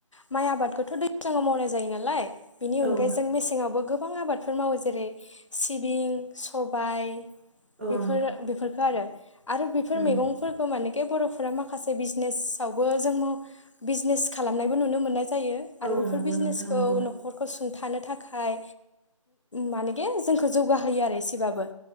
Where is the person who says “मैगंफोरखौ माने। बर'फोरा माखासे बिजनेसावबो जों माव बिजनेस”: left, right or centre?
Left